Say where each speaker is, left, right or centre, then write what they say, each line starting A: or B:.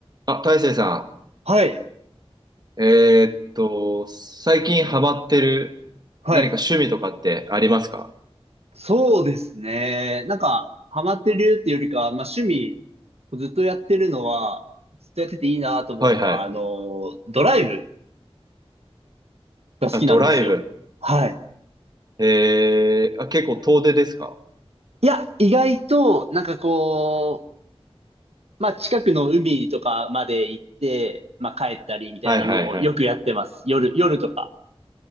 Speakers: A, on the right; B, on the right.
A: あ、大成さ
B: はい、
A: ん、えーっと、最近ハマってる
B: はい。
A: 何か趣味とかってありますか
B: そうですね。なんか、ハマってるっていうよりかは、まあ趣味、ずっとやってるのは、ずっとやってていいなと思うのは、
A: はいはい。
B: あの、ドライブが好きなんですよ。
A: あ、ドライブ。
B: はい。
A: えー、あ、結構遠出ですか
B: いや、意外と、なんかこう、まあ近くの海とかまで行って、まあ帰ったりみたいなのをよくやってます。
A: はいはいはい。
B: 夜、夜とか。